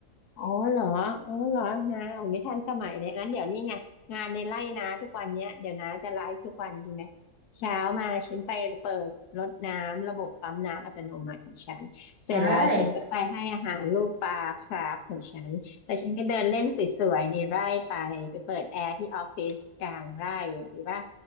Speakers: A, on the left; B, on the right.
A: อ๋อเหรออ๋อเหรอนาโอ้ไม่ทันสมัยเลยงั้นเดี๋ยวนี้ไง งานในไร่นาทุกวันเนี้ยเดี๋ยวนาจะไลฟ์ทุกวันดีไหม เช้ามาฉันไปเปิดรดน้ำ ระบบปั๊มน้ำอัตโนมัติของฉันเสร็จแล้วฉันก็ไปให้อาหารลูกปลาคราฟของฉันแล้วฉันก็เดินเล่นสวยๆในไร่ไป
B: ได้
A: ไปเปิดแอร์ที่ออฟฟิศกลางไร่ดีป่ะ